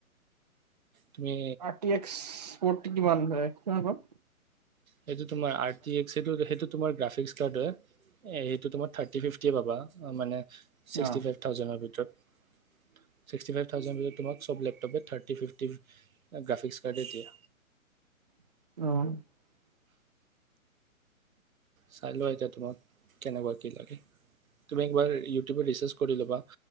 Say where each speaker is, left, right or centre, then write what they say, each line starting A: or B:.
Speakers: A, on the right; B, on the right.
A: তুমি
B: থাৰটি এক্স ফটি কিমানান হয় কোৱা ক
A: সেইটো তোমাৰ আৰ টি এক্স এইটো সেইটো তোমাৰ গ্ৰাফিক্স কাৰ্ডত সেইটো তোমাৰ থাৰটি ফাইভ কেতিয়া পাবা মানে ছিক্সটি
B: অ
A: ফাইভ থাউজেৰ ভিতৰত ছিক্সটি ফাইভ থাউজেণ্ড ভিতৰত তোমাক চব লেপটপে থাৰ্টি ফিফটি গ্ৰাফিক্স কাৰ্ডে দিয়া
B: অ
A: চাই লোৱা এতিয়া তোমাক কেনেকুৱা কি লাগে তুমি একবাৰ ইউটিউবত ৰিচাৰ্চ কৰি ল'বা